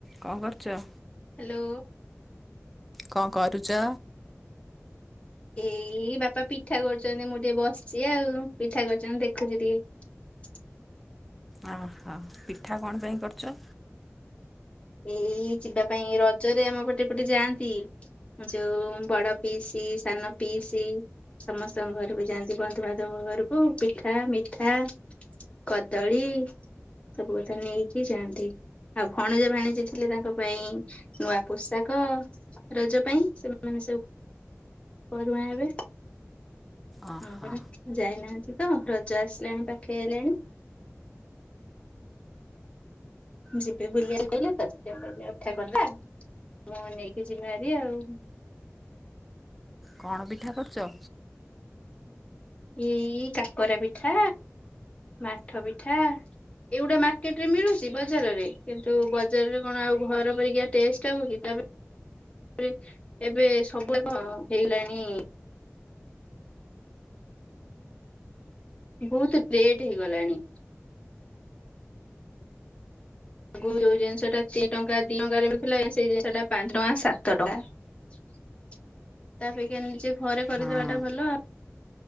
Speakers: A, in the centre; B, on the left.
A: କଣ କରୁଛ?
B: ହ୍ୟାଲୋ।
A: କଣ କରୁଚ?
B: ଏଇ ବାପା ପିଠା କରୁଛନ୍ତି ମୁଁ ଟିକେ ବସିଛି ଆଉ ପିଠା କରୁଛନ୍ତି ଦେଖୁଛି ଟିକେ।
A: ଓହୋ ପିଠା କଣ ପାଇଁ କରୁଛ?
B: ଏଇ ଯିବା ପାଇଁ ରଜରେ ଆମ ପଟେ ପଟେ ଯାଆନ୍ତି ଯୋଉ ବଡ ପିଇସି ସାନ ପିଇସି ସମସ୍ତଙ୍କ ଘରକୁ ଯାଆନ୍ତି ବନ୍ଧୁବାନ୍ଧବଙ୍କ ଘରକୁ ପିଠା ମିଠା କଦଳୀ ସବୁ କଥା ନେଇକି ଯାଆନ୍ତି ଆଉ ଭଣଜା ଭାଣିଜି ଯିଏ ଥିଲେ ତାଙ୍କ ପାଇଁ ନୂଆ ପୋଷାକ ରଜ ପାଇଁ ସେମାନେ ସବୁ ପୋରୁହାଁ ହେବେ
A: ଓହୋ
B: ହଁ ପରା ଯାଇନାହାଁନ୍ତି। ହ ରଜ ଆସିଲାଣି ପାଖେଇ ଆଇଲାଣି। ଯିବେ ବୁଲିବାକୁ କହିଲେ ତ ସେ କହିଲେ ପିଠା କରିଦିଅ ମୁଁ ନେଇକି ଯିବି ହାରି ଆଉ।
A: କଣ ପିଠା କରୁଛ?
B: ଏଇ କାକରା ପିଠା ମାଠ ପିଠା ଏଇଗୁଡା ମାର୍କେଟ ରେ ମିଳୁଛି ବଜାରରେ କିନ୍ତୁ ବଜାରରେ କଣ ଆଉ ଘର ପରିକା ଟେଷ୍ଟ ହବ କି ତାପରେ ଏବେ ସବୁଯାକ କଣ ହେଇଗଲାଣି ବହୁତ ଲେଟ ହେଇଗଲାଣି। ଆଗରୁ ଜିନିଷ ଟା ତିନି ଟଙ୍କା ଦି ଟଙ୍କାରେରେ ମିଳିଥିଲା ସେଇ ଜିନିଷ ଟା ପାଞ୍ଚ ଟଙ୍କା ସାତ ଟଙ୍କା ତା ଅପେକ୍ଷା ନିଜେ ଘରେ କରିଦବା
A: ହଁ
B: ଟା ଭଲ ଆ